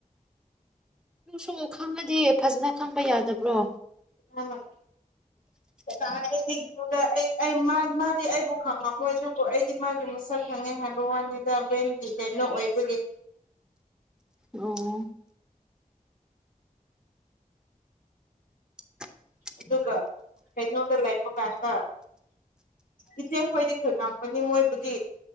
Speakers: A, in the centre; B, on the left (about 80°).
A: <unintelligible> ꯈꯪꯉꯗꯤ ꯐꯖꯅ ꯈꯪꯕ ꯌꯥꯗꯕ꯭ꯔꯣ
B: ꯑꯃ
A: <inaudible>
B: ꯀꯗꯥꯏꯗꯒꯤꯅꯣꯗ ꯑꯩ ꯑꯩ ꯃꯥꯗꯤ ꯑꯩꯕꯨ ꯈꯪꯉꯝꯃꯣꯏ ꯑꯗꯨꯕꯨ ꯑꯩꯗꯤ ꯃꯥꯒꯤ ꯃꯁꯛ ꯈꯪꯉꯦ ꯍꯥꯏ ꯕ ꯋꯥꯅꯤꯗ ꯕꯦꯡꯀꯒꯤ ꯀꯩꯅꯣ ꯑꯣꯏꯕꯒꯤ
A: ꯑꯣ <inaudible>
B: ꯑꯗꯨꯒ ꯀꯩꯅꯣꯗ ꯂꯩꯄ ꯀꯥꯟꯗ ꯏꯆꯦ ꯑꯩꯈꯣꯏꯗꯤ ꯈꯪ ꯉꯝꯒꯅꯤ ꯃꯣꯏꯕꯨꯗꯤ